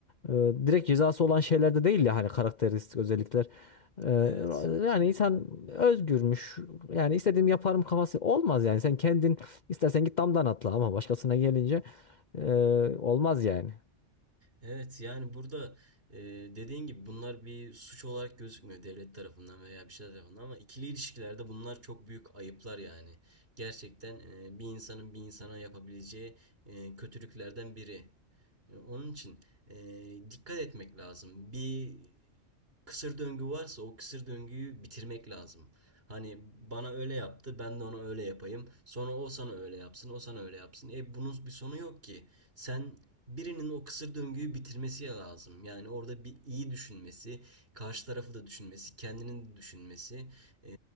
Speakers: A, on the left; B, on the right.
A: e, direkt cezası olan şeyler de değil ya hani karakteristik özellikler. Ee,
B: evet,
A: yani insan özgürmüş. Yani istediğimi yaparım kafası olmaz yani. Sen kendin istersen git damdan atla ama başkasına gelince e, olmaz yani.
B: Evet yani burada e, dediğin gibi bunlar bir suç olarak gözükmüyor devlet tarafından veya bir şeyler tarafından ama ikili ilişkilerde bunlar çok büyük ayıplar yani. Gerçekten e, bir insanın bir insana yapabileceği e, kötülüklerden biri. E, onun için e, dikkat etmek lazım. Bir kısır döngü varsa o kısır döngüyü bitirmek lazım. Hani bana öyle yaptı, ben de ona öyle yapayım. Sonra o sana öyle yapsın, o sana öyle yapsın. E bunun bir sonu yok ki. Sen birinin o kısır döngüyü bitirmesi lazım. Yani orada bir iyi düşünmesi, karşı tarafı da düşünmesi, kendinin de düşünmesi, e,